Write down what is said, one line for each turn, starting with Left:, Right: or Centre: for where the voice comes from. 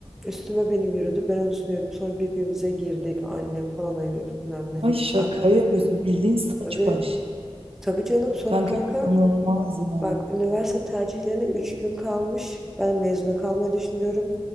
Centre: Üstüme benim yürüdü. Ben onun üstüne yürüdüm. Sonra birbirimize girdik. Annem falan ayırıyor bilmem ne.
Right: Ay şaka
Centre: Ama
Right: yapıyorsun. Bildiğin saç
Centre: tabii,
Right: baş.
Centre: tabii canım sonra
Right: Kanka
Centre: kanka
Right: inanılmaz ya.
Centre: bak üniversite tercihlerine 3 gün kalmış. Ben mezuna kalmayı düşünüyorum.